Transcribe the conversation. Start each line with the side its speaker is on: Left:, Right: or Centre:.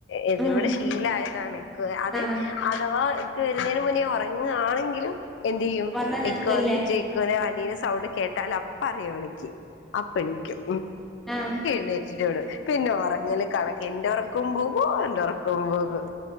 Left: ഇത്വ്ടെ
Centre: ഉം
Left: ശീലായതാണ് എന്ക്ക അത്
Centre: ആഹ്
Left: അഥവാ വരുന്നതിന് മുന്നേ ഉറങ്ങുകയാണെങ്കിലും എന് ചെയ്യും
Centre: വന്ന് നിൽക്കല്ലേ
Left: എക്കെ വന്നിട്ട് വണ്ടീ സൗണ്ട് കേട്ടാൽ അപ്പ അറിയോ എനിക്ക് അപ്പ എനിക്കും
Centre: ആഹ്
Left: റ്റിട്ടോട പിന്നെ ഉറങ്ങില് കണക്ക് എൻന്റെ ഉറക്കം പോകോ എന്റെറ ഉറക്കം പോകും